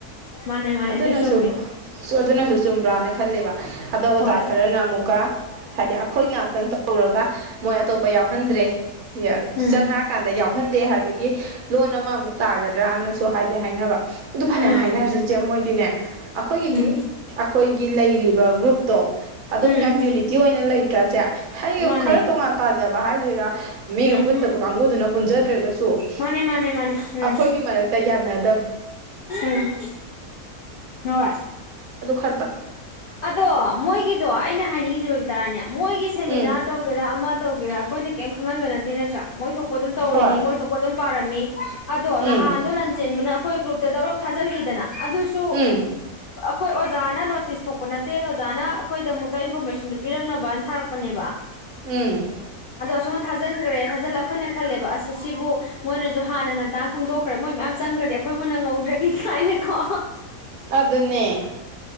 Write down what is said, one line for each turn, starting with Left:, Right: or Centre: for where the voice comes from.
Left: ꯃꯥꯅꯦ ꯃꯥꯅꯦ
Right: ꯑꯗꯨꯅꯁꯨ
Left: ꯑꯗꯨ ꯆꯨꯝꯃꯦ
Right: ꯑꯗꯨꯅꯁꯨ ꯆꯨꯝꯕ꯭ꯔꯥꯅ ꯈꯂꯦꯕ ꯑꯗꯣ ꯑꯣꯖꯥ
Left: ꯍꯣꯏ
Right: ꯈꯔꯅ ꯑꯃꯨꯛꯀ ꯍꯥꯏꯗꯤ ꯑꯩꯈꯣꯏ ꯉꯥꯛꯇꯪ ꯇꯧꯔꯒ ꯃꯣꯏ ꯑꯇꯣꯞꯄ ꯌꯥꯎꯍꯟꯗ꯭ꯔꯦ
Left: ꯎꯝ
Right: ꯆꯪꯉꯛꯑꯀꯥꯟꯗ ꯌꯥꯎ ꯊꯣꯛꯍꯟꯗꯦ ꯍꯥꯏꯕꯒꯤ ꯂꯣꯟ ꯑꯃꯥ ꯑꯃꯨꯛ ꯇꯥꯒꯗ꯭ꯔꯥꯅꯁꯨ ꯍꯥꯏꯗꯤ ꯍꯥꯏꯅꯕ ꯑꯗꯨ ꯐꯅꯌꯥꯝ
Left: ꯎꯝ
Right: ꯍꯥꯏꯅꯔꯁꯨ <inaudible> ꯃꯣꯏꯗꯤꯅꯦ ꯑꯩꯈꯣꯏꯒꯤꯗꯤ
Left: ꯎꯝ
Right: ꯑꯩꯈꯣꯏꯒꯤ ꯂꯩꯔꯤꯕ ꯒ꯭ꯔꯨꯞꯇꯣ ꯑꯗꯨꯝ
Left: ꯎꯝ
Right: ꯌꯥꯝ ꯌꯨꯅꯤꯇꯤ ꯑꯣꯏꯅ ꯂꯩꯇ꯭ꯔꯥꯁꯦ ꯍꯌꯦ
Left: ꯃꯥꯅꯦ
Right: ꯈꯔ ꯇꯣꯉꯥꯟ ꯇꯥꯖꯕ ꯍꯥꯏꯦ ꯖꯤꯔꯥ ꯃꯤꯒ
Left: ꯎꯝ
Right: ꯄꯨꯟ ꯇꯄ ꯀꯪꯒꯨꯗꯨꯅ ꯗꯔꯖꯒ ꯁꯨ
Left: ꯃꯥꯅꯦ ꯃꯥꯅꯦ ꯃꯥꯅꯦ
Right: ꯑꯩꯈꯣꯏꯒꯤ
Left: ꯎꯝ
Right: ꯃꯔꯛꯇ ꯌꯥꯅ
Left: ꯎꯝ ꯍꯣꯏ
Right: <inaudible>
Left: ꯑꯗꯣ ꯃꯣꯏꯒꯤꯗꯣ ꯑꯩꯅ ꯍꯥꯏꯅꯤꯡꯉꯤꯁꯦ ꯕꯕꯤꯇꯥꯔꯥꯅꯤ ꯃꯣꯏꯒꯤ ꯁꯦꯃꯤꯅꯥꯔ
Right: ꯎꯝ
Left: ꯇꯧꯒꯦꯔꯥ ꯑꯃ ꯇꯧꯒꯦꯔꯥ ꯑꯩꯈꯣꯏꯗ ꯀꯩꯝ ꯈꯪꯍꯕ ꯅꯠꯇꯦ ꯅꯠꯇ꯭ꯔꯥ ꯃꯣꯏ ꯊꯣꯛꯄ ꯑꯗꯨꯝ ꯇꯧꯔꯤꯅꯤ
Right: ꯍꯣꯏ
Left: ꯃꯣꯏ ꯊꯣꯛꯄ ꯑꯗꯨꯝ ꯄꯥꯔꯝꯃꯤ ꯎ ꯑꯗꯣ
Right: ꯎꯝ
Left: ꯅꯍꯥꯟꯗꯣ ꯂꯥꯟꯖꯦꯟꯕꯅ ꯑꯩꯈꯣꯏ ꯒ꯭ꯔꯨꯞꯗꯧꯔꯞ ꯊꯥꯜꯛꯏꯗꯅ ꯑꯗꯨꯁꯨ
Right: ꯎꯝ
Left: ꯑꯩꯣꯏ ꯑꯣꯖꯅ ꯅꯣꯇꯤꯁ ꯊꯣꯛꯄ ꯅꯠꯇꯦ ꯑꯣꯖꯥꯅ ꯑꯩꯈꯣꯏꯗꯃꯛꯇ ꯏꯟꯐꯣꯔꯃꯦꯁꯟꯗꯨ ꯄꯤꯔꯛꯅꯕꯅ ꯊꯥꯔꯛꯄꯅꯦꯕ
Right: ꯎꯝ
Left: ꯑꯁꯨꯝ ꯊꯥꯖꯤꯟꯈ꯭ꯔꯦ ꯊꯥꯖꯜꯂ ꯑꯩꯈꯣꯏꯅ ꯈꯜꯂꯦꯕ ꯑꯁ ꯁꯤꯕꯨ ꯃꯣꯏꯅꯁꯨ ꯍꯥꯟꯅ ꯉꯟꯇꯥꯡ ꯈꯪꯗꯣꯛꯈ꯭ꯔꯦ ꯃꯣꯏ ꯃꯌꯥꯝ ꯆꯪꯈ꯭ꯔꯗꯤ ꯑꯩꯈꯣꯏꯕꯨ ꯅꯪ ꯉꯧꯗ꯭ꯔꯗꯤ ꯀꯥꯏꯅꯤꯀꯣ
Right: ꯑꯗꯨ ꯑꯗꯨꯅꯦꯦ